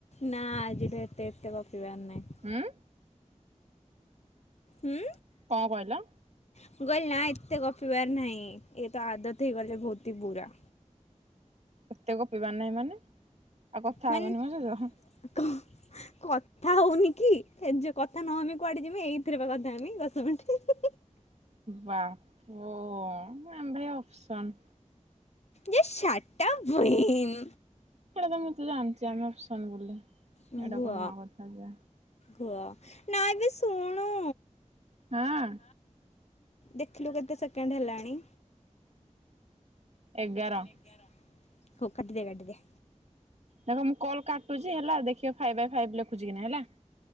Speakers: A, on the left; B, on the right.
A: ନା ଆଜିଠୁ ଏତେ ଏତେ ଗପିବାର ନାହିଁ।
B: ହୁଁ।
A: ହୁଁ।
B: କଣ କହିଲ।
A: ମୁଁ କହିଲି ନା ଏତେ ଗପିବାର ନାହିଁ ଏତ ଆଦତ ହେଇଗଲେ ବହୁତ ହି ବୁରା।
B: ଏତେ ଗପିବାର ନାଇଁ ମାନେ ଆଉ କଥା
A: ମାନେ
B: ହବନି ମୋ ସହିତ।
A: <unintelligible> କଥା ହୋଉନି କି ଯେ କଥା ନହମି କୁଆଡେ ଯିମି ଏଇଥିରେ ବା କଥା ହେମି ଦଶ ମିନିଟ୍।
B: ବାପ ଆମେ ଭାଇ ଅପସନ୍।
A: ଜଷ୍ଟ ସାଟାପ ବେହେନ୍।
B: ସେଇଟା ତ ମତେ ଜାଣିଚି ଆମେ ଅପସନ୍ ବୋଲି।
A: ହଁ
B: ଏଇଟା
A: ଗୁହ
B: କଣ ନୂଆ କଥା ଯେ
A: କୁହ ନାଇ ବେ ଶୁଣୁ।
B: ହଁ।
A: ଦେଖିଲୁ କେତେ ସେକେଣ୍ଡ ହେଲାଣି?
B: ଏଗାର।
A: ଏଗାର ହଉ କାଟିଦେ କାଟିଦେ।
B: ଦେଖ ମୁଁ କଲ୍ କାଟୁଚି ହେଲା ଦେଖିବ ଫାଇଭ୍ ବାଏ ଫାଇଭ୍ ଲେଖୁଚି କି ନାହିଁ। ହେଲା।